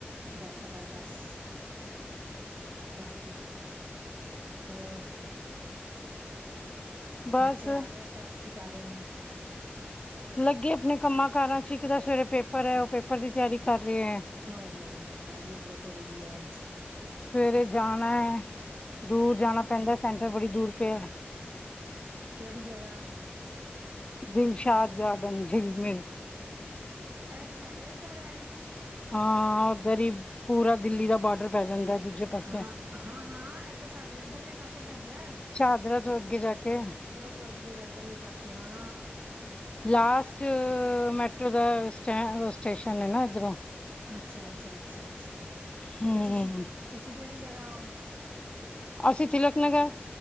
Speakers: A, on the right (about 55°); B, on the left (about 25°).
A: ਜਦ ਤਕਰ ਬਸ। ਬਾਕੀ, ਹੋਰ?
B: ਬਸ
A: ਬੱਚੇ ਆ ਗਏ? ਸਭ ਕੀ ਕਰ ਰਹੇ ਨੇ।
B: ਲੱਗੇ ਆਪਣੇ, ਕੰਮਾਂ ਕਾਰਾਂ ਚ। ਇੱਕ ਤਾਂ ਸਵੇਰੇ ਪੇਪਰ ਹੈ। ਉਹ ਪੇਪਰ ਦੀ, ਤਿਆਰੀ ਕਰ ਰਹੀ ਹੈ।
A: ਆੋ- ਔ, ਵੋ, ਏ ਵੀ, ਬਹੁਤ ਜ਼ਰੂਰੀ ਹੈ।
B: ਸਵੇਰੇ ਜਾਣਾ ਹੈ। ਦੂਰ ਜਾਣਾ ਪੈਂਦਾ ਏ। ਸੈਂਟਰ ਬੜੀ ਦੂਰ ਪਿਆ ਹੈ।
A: ਕਿਹੜੀ, ਜਗਾ।
B: ਦਿਲਸ਼ਾਦ ਗਾਰਡਨ, ਝਿਲਮਿਲ।
A: ਇਹ ਤੇ, ਸਾਡੇ ਅਜ਼ਾਰ ਹੈ।
B: ਹਾਂ, ਉੱਧਰ ਹੀ, ਪੂਰਾ ਦਿੱਲੀ ਦਾ ਬਾਰਡਰ, ਪੈ ਜਾਂਦਾ। ਦੂਜੇ- ਪਾਸੇ
A: ਹਾਂ, ਹਾਂ- ਹਾਂ ਇਹ ਤਾਂ, ਸਾਡੇ ਇੱਧਰਲੇ ਪਾਸੇ ਪੈਂਦਾ ਏ।
B: ਸ਼ਹਾਦਰਾ ਤੋਂ, ਅੱਗੇ ਜਾ ਕੇ।
A: ਤੁਰ ਕੇ ਇਧਰਲੇ ਲੇ ਪਾਸੇ, ਹਾਂ।
B: ਲਾਸਟ, ਮੈਟਰ੍ਰੋ ਦਾ, ਸਟ ਸਟੇਸ਼ਨ ਹੈ ਨਾ, ਇਧਰੋ।
A: ਅੱਛਾ, ਅੱਛਾ, ਅੱਛਾ- ਅੱਛਾ,
B: ਹੂੰ
A: ਤੇ ਤੁਸੀਂ, ਤੁਸੀਂ ਕਿਹੜੀ ਜਗਾ ਹੋ।
B: ਅਸੀਂ ਤਿਲਕ ਨਗਰ।